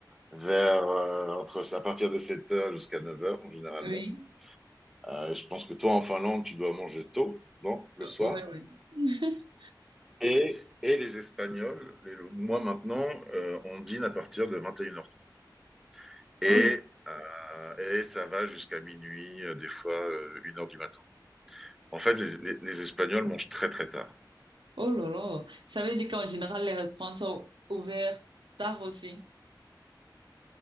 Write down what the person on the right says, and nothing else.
oui.
Euh,
Ouais, ouais. <laughs>
Oh là,
oh là là. Ça veut dire qu'en général, les restaurants sont ouverts tard aussi.